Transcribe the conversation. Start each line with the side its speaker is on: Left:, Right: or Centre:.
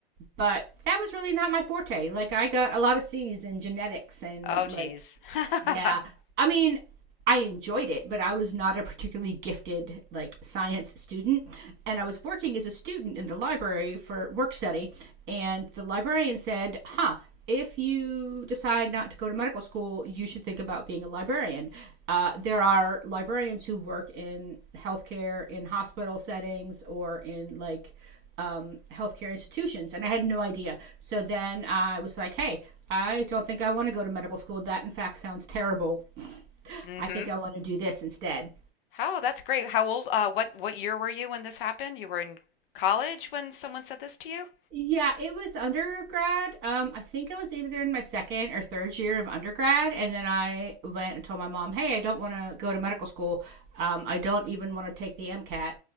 Right: but that was really not my forte. Like I got a lot of C's in genetics and
Left: Oh,
Right: like
Left: geez. <laughs>
Right: Yeah. I mean, I enjoyed it, but I was not a particularly gifted like science student, and I was working as a student in the library for work study, and the librarian said, "Huh, if you decide not to go to medical school, you should think about being a librarian. Uh, there are librarians who work in healthcare, in hospital settings, or in like um, healthcare institutions, and I had no idea. So then I was like, hey, I don't think I want to go to medical school. That, in fact, sounds terrible.
Left: Mm-hmm.
Right: I think I want to do this instead.
Left: Oh, that's great. How old, uh, what, what year were you when this happened? You were in college when someone said this to you?
Right: Yeah, it was undergrad. Um, I think I was either in my second or third year of undergrad, and then I went and told my mom, "Hey, I don't want to go to medical school. Um, I don't even want to take the MCAT